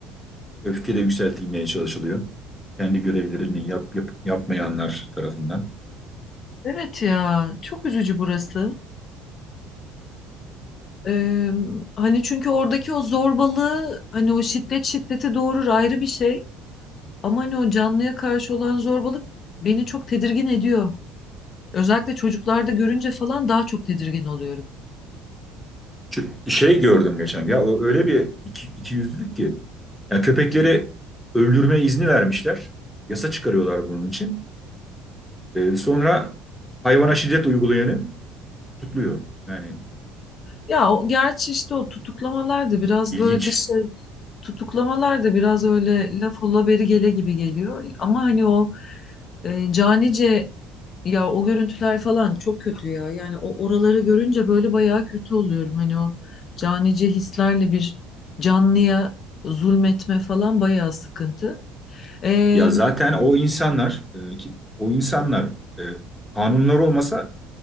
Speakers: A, in the centre; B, on the left.
A: öfke de yükseltilmeye çalışılıyor. Kendi görevlerini yap, yap- yapmayanlar tarafından.
B: Evet ya çok üzücü burası. Ee, hani çünkü oradaki o zorbalığı hani o şiddet şiddeti doğurur ayrı bir şey. Ama hani o canlıya karşı olan zorbalık beni çok tedirgin ediyor. Özellikle çocuklarda görünce falan daha çok tedirgin oluyorum.
A: Ç- Şey gördüm geçen ya o öyle bir iki, ikiyüzlülük ki. Yani köpekleri öldürme izni vermişler. Yasa çıkarıyorlar bunun için. Ee, sonra hayvana şiddet uygulayanı tutuyor. Yani
B: Ya o, gerçi işte o tutuklamalar da biraz
A: ilginç.
B: böyle şey tutuklamalar da biraz öyle laf ola beri gele gibi geliyor. Ama hani o e, canice Ya o görüntüler falan çok kötü ya. Yani o oraları görünce böyle bayağı kötü oluyorum. Hani o canice hislerle bir canlıya zulmetme falan bayağı sıkıntı. Ee,
A: Ya zaten o insanlar e, ki, o insanlar e, kanunlar olmasa